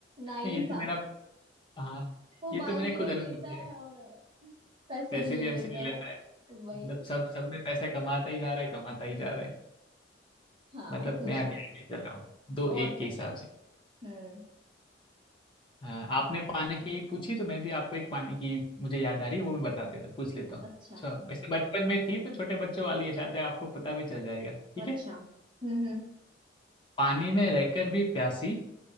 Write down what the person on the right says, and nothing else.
नाई
था
वो बाल
भी
रख
लेता
है
और पैसे
भी ले
लेता
है
वही
हाँ
पूछो
और
पूछो
हम्म
अच्छा
अच्छा
हम्म हम्म